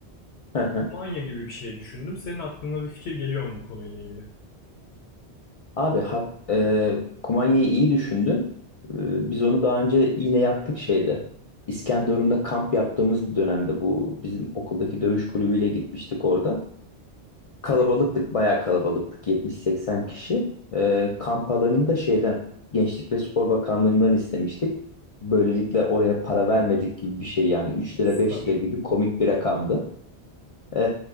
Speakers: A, on the left; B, on the left.
A: Hı hı.
B: Kumanya gibi bir şey düşündüm. Senin aklına bir fikir geliyor mu bu konuyla ilgili?
A: Abi hak, e, kumanyayı iyi düşündün. E, biz onu daha önce yine yaptık şeyde. İskenderun'da kamp yaptığımız bir dönemde bu bizim okuldaki dövüş kulübüyle gitmiştik orada. Kalabalıktık, bayağı kalabalıktık. 70-80 kişi. E, kamp alanını da şeyden, Gençlik ve Spor Bakanlığı'ndan istemiştik. Böylelikle oraya para vermedik gibi bir şey yani üç
B: O
A: lira
B: süper.
A: 5 lira gibi komik bir rakamdı. E,